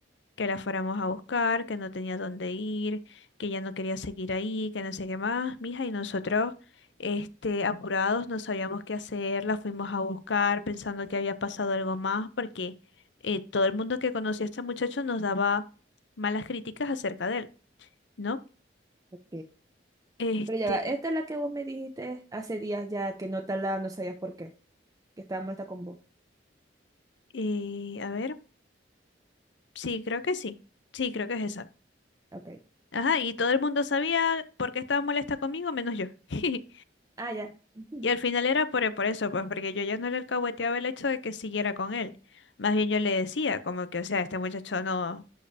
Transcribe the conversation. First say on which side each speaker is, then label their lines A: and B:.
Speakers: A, on the left; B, on the right.
A: que la fuéramos a buscar, que no tenía dónde ir, que ya no quería seguir ahí, que no sé qué más, mija, y nosotros, este, apurados, no sabíamos qué hacer, la fuimos a buscar pensando que había pasado algo más, porque eh, todo el mundo que conocía a este muchacho nos daba malas críticas acerca de él, ¿no?
B: Ok.
A: Este,
B: Pero ya va, esta es la que vos me dijiste hace días ya que no te hablaba, no sabías por qué, que estaba molesta con vos.
A: eh, a ver, sí, creo que sí, sí, creo que es esa.
B: Ok.
A: Ajá, y todo el mundo sabía por qué estaba molesta conmigo, menos yo. <laughs> Y
B: Ah, ya. Ujú.
A: Y al final era por, por eso, pues porque yo ya no le alcahueteaba el hecho de que siguiera con él. Más bien yo le decía, como que, o sea, este muchacho no,